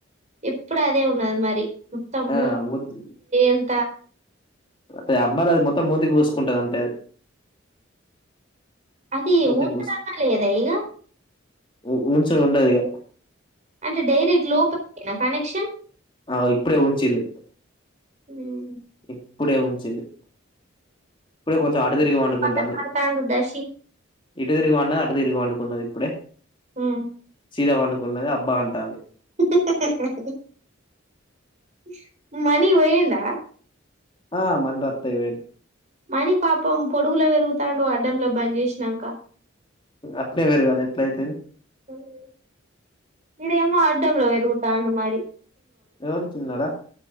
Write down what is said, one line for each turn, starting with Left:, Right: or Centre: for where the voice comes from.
Right: ఎప్పుడు అదే ఉన్నది మరి మత్తంబు
Left: ఆ ముద్
Right: ఎంత
Left: అదే అంబారు అది మొత్తం మూదకి పోసుకుంటది అంతే అది
Right: అది
Left: మూతికి
Right: ఊంటదన్న
Left: పూసు
Right: లేద ఇగ
Left: ఉ ఊనసలు ఉండదిగ
Right: అంటే డైరెక్ట్ లోపల కనెక్షన్
Left: ఆ ఇప్పుడే ఉంచింది
Right: ఏం
Left: ఇప్పుడే ఉంచింది కు కొ అటు తిరిగి వండుకుంటాంది
Right: మాట్లాడతాండు దశి
Left: ఇటు తిరిగి తిరిగి పన్డుకున్నాదిప్పుడే
Right: ఉమ్
Left: చీదా పనుకున్నది అబ్బా అంటాన్ది
Right: ఇహ్హ్ ఇహ్హ్ హ్ ఇహ్హ్ మణి పోయిన్డా
Left: ఆ మన్రైతాయ్ పోయిన్డ్
Right: మణి పాపం పొడుగులో పెరుగుతాన్డు అడ్డంలో బంద్ చేస్నాక
Left: అట్నే వేరుగనె ఎట్లాయ్తాది
Right: ఆ ఆ ఈడేమో అడ్ అడ్డమ్లో పెరుగుతాన్డ్ మరి
Left: ఎవడు చిన్నోడా